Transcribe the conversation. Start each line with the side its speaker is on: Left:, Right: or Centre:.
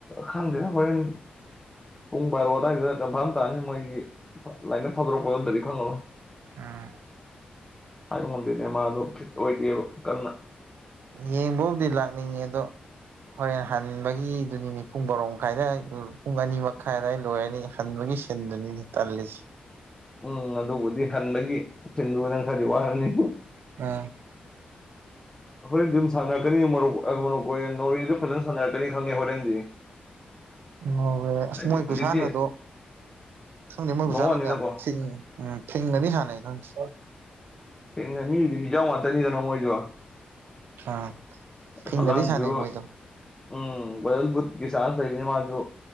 Left: ꯈꯪꯗꯦꯗ ꯍꯣꯔꯦꯟ ꯄꯨꯡ ꯕꯥꯔꯣ ꯑꯗꯨꯋꯥꯏꯗꯨꯗ ꯀꯟꯐꯥꯔ꯭ꯃ ꯇꯥꯔꯅꯤ ꯃꯣꯏꯒꯤ ꯂꯥꯏꯟ ꯑꯞ ꯊꯥꯗꯣꯔꯛꯄꯗꯣ ꯅꯠꯇ꯭ꯔꯗꯤ ꯈꯡꯉꯔꯣꯏ
Right: ꯑꯥ
Left: ꯍꯥꯏꯕ ꯉꯝꯗꯦ ꯅꯦꯃꯥꯔꯗꯣ ꯐꯤꯠ ꯑꯣꯏꯗꯦꯕ ꯀꯟꯅ
Right: ꯌꯦꯡꯕꯕꯨꯗꯤ ꯂꯥꯛꯅꯤꯡꯉꯦ ꯑꯗꯣ ꯍꯣꯔꯦꯟ ꯍꯟꯕꯒꯤꯗꯨꯅꯤꯅꯦ ꯄꯨꯡ ꯕꯥꯔꯣ ꯃꯈꯥꯏꯗ ꯄꯨꯡ ꯑꯅꯤ ꯃꯈꯥꯏꯗꯋꯥ ꯂꯣꯏꯔꯅꯤ ꯍꯟꯕꯒꯤ ꯁꯤ <unintelligible> ꯇꯜꯂꯤꯁꯤ
Left: ꯎꯝ ꯑꯗꯨꯕꯨꯗꯤ ꯍꯟꯕꯒꯤ ꯁꯤꯟꯗꯨꯅꯪ ꯈꯔꯥꯥꯗꯤ ꯋꯥꯔꯅꯤ
Right: ꯑ
Left: ꯍꯣꯔꯦꯟꯗꯤ ꯑꯗꯨꯝ ꯁꯥꯟꯅꯔꯛꯀꯅꯤ ꯃꯣꯔꯣꯛ ꯃꯣꯔꯣꯀꯣꯌꯦ ꯅꯣꯔꯋꯦꯁꯨ ꯐꯖꯅ ꯁꯥꯟꯅꯔꯛꯀꯅꯤ ꯈꯪꯉꯦ ꯍꯣꯔꯦꯟꯗꯤ
Right: ꯑꯣ ꯑꯁ
Left: ꯍꯥꯏꯗꯤ
Right: ꯃꯣꯏ
Left: ꯍꯧꯖꯤꯛꯇꯤ
Right: ꯈꯨꯁꯥꯟꯅꯗꯣ ꯈꯪꯗꯦ ꯃꯣꯏ ꯈꯨꯁꯥꯟꯅꯗꯣ
Left: ꯅꯣꯡꯋꯥꯟꯅꯤꯅꯀꯣ
Right: ꯌꯥꯝ ꯐꯤꯡꯉꯤ ꯎꯝ ꯐꯤꯡꯅꯗꯤ ꯁꯥꯟꯅꯩ ꯈꯡꯗꯦ
Left: ꯀꯩꯅꯣ ꯃꯤꯗꯤ ꯍꯨꯏꯖꯥꯎ ꯉꯥꯇꯅꯤꯗꯅ ꯃꯣꯏꯖꯨ
Right: ꯑꯥ ꯊꯤꯡꯅꯗꯤ
Left: ꯍꯂꯥꯟꯖꯨ
Right: ꯁꯥꯟꯅꯩ ꯃꯣꯏꯗꯣ
Left: ꯎꯝ ꯒꯣꯜꯗꯟ ꯕꯨꯠ ꯀꯤ ꯆꯥꯟꯁ ꯂꯩꯕꯅꯤꯅ ꯃꯥꯖꯨ